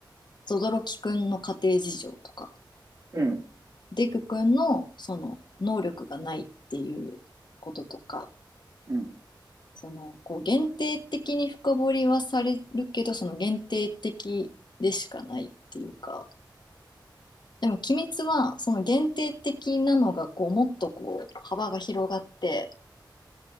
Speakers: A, on the left (about 60°); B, on the right (about 40°).
A: ゾドロキくんの家庭事情とか、
B: うん、
A: デクくんのその、能力がないっていうこととか、
B: うん。
A: その、こう、限定的に深掘りはされるけど、その限定的でしかないっていうか、でも「鬼滅」はその限定的なのがこうもっとこう幅が広がって